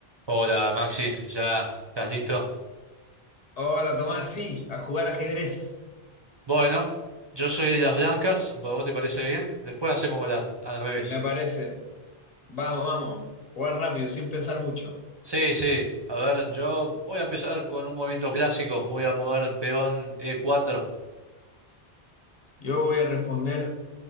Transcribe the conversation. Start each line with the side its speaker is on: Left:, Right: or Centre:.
Right: Hola Maxi, ¿ya estás listo?
Left: Hola Tomás, sí, a jugar ajedrez,
Right: Bueno, yo soy las blancas, ¿a ¿vos te parece bien? Después hacemos las al revés.
Left: me parece. Vamos, vamos, jugar rápido, sin pensar mucho.
Right: Sí, sí, a ver, yo voy a empezar con un movimiento clásico, voy a mover peón e cuatro.
Left: Yo voy a responder